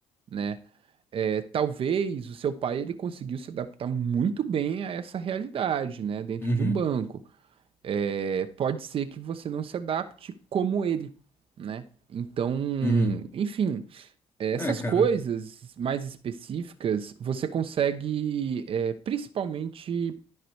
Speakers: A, on the right; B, on the left.
A: né? É, talvez o seu pai ele conseguiu se adaptar muito bem a essa realidade, né? Dentro
B: Uhum,
A: de um banco. É, pode ser que você não se adapte como ele, né? Então,
B: uhum.
A: enfim, é, essas
B: É, cara,
A: coisas mais específicas você consegue, é, principalmente